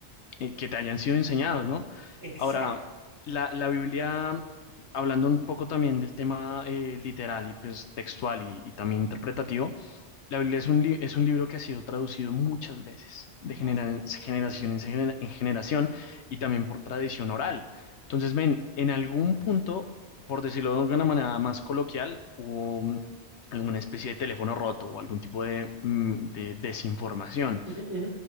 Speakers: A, on the left; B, on the right.
A: eh, que te hayan sido enseñados, ¿no?
B: Exacto.
A: Ahora, la, la Biblia, hablando un poco también del tema eh, literal y pues textual y, y también interpretativo, la Biblia es un, li- es un libro que ha sido traducido muchas veces, de
B: Vas.
A: genera- generación en, genera- en generación, y también por tradición oral. Entonces, ven, en algún punto, por decirlo de alguna manera más coloquial, hubo mm, alguna especie de teléfono roto o algún tipo de, mm, de desinformación,
B: Ujú, ujú,